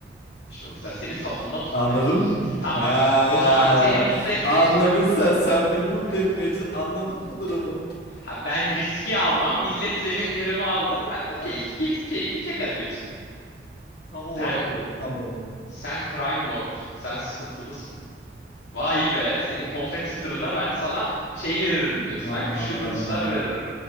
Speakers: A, on the left; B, on the left.
A: İşte o yüzden seni safımda tutmaya
B: Anladın
A: çalışıyorum.
B: mı?
A: Tamam
B: Ha,
A: bak. O zaman seni mutlu etmeye
B: anladın
A: ç- bak.
B: sen. Sen beni mutlu
A: <laughs>
B: etmeye çalış- Anladın mı durumu?
A: Ha ben riski almam. Millet benim yerime alır. Ben de
B: Heh,
A: keyfi keyfi, keyfi keka diyorsun.
B: Tam
A: Sen
B: olarak öyle. Tam olarak.
A: sen crime lordsun. Sen sıkıntılısın. Vay be. Senin competitor'ına ben sana şey veririm diyorsun
B: Nam
A: ha. Güçlü
B: nam
A: kılıçlar
B: nam nam.
A: veririm.